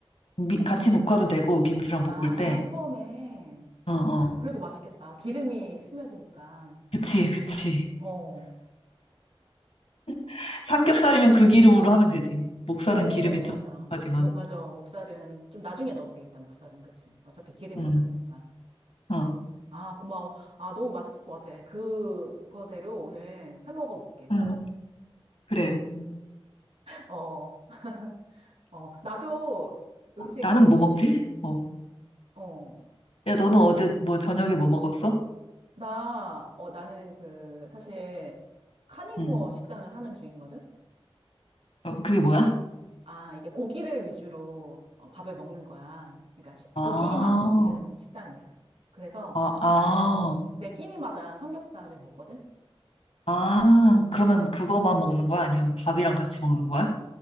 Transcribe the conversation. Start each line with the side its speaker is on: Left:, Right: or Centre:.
Left: 미, 같이 볶아도 되고 김치랑
Right: 아,
Left: 볶을 때.
Right: 처음에.
Left: 어, 어.
Right: 그래도 맛있겠다. 기름이 스며드니까.
Left: 그치, 그치.
Right: 어,
Left: <laughs> 삼겹살이면 그 기름으로 하면 되지. 목살은
Right: 오,
Left: 기름이
Right: 맞아.
Left: 좀 하지만.
Right: 뭐, 맞아. 목살은 좀 나중에 넣어도 되겠다. 목살은. 그치. 어차피 기름이
Left: 응.
Right: 없으니까.
Left: 어.
Right: 아, 고마워. 아, 너무 맛있을 것 같아. 그거대로 오늘 해 먹어볼게, 한번.
Left: 응. 그래.
Right: 어, 어, 나도 음식,
Left: 나는 뭐 먹지? 어.
Right: 어,
Left: 야, 너는 어제 뭐 저녁에 뭐 먹었어?
Right: 나, 어, 나는 그, 사실, 카니부어
Left: 응.
Right: 식단을 하는 중이거든?
Left: 어, 그게 뭐야?
Right: 아, 이게 고기를 위주로 어, 밥을 먹는 거야. 그러니까 시- 고기만
Left: 아,
Right: 먹는 식단이야. 그래서
Left: 아, 아,
Right: 나는 매 끼니마다 삼겹살을 먹거든?
Left: 아, 그러면 그거만 먹는 거야? 아니면 밥이랑 같이 먹는 거야?